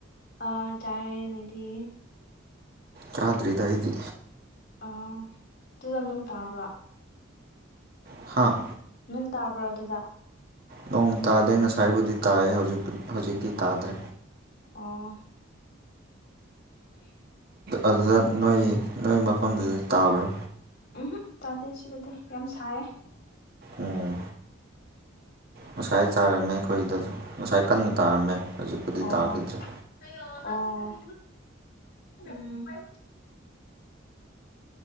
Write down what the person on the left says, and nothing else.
ꯑ ꯆꯥꯔꯦ ꯅꯪꯗꯤ
ꯑ ꯑꯗꯨꯗ ꯅꯣꯡ ꯇꯥꯕ꯭ꯔꯥ
ꯅꯣꯡ ꯇꯥꯕ꯭ꯔꯣ ꯑꯗꯨꯗ
ꯑꯣ
ꯎꯝꯍꯨꯛ ꯇꯥꯗꯦ ꯁꯤꯗꯗꯤ ꯌꯥꯝ ꯁꯥꯏꯌꯦ
ꯑꯣ
ꯑꯣ ꯎꯝ ꯍ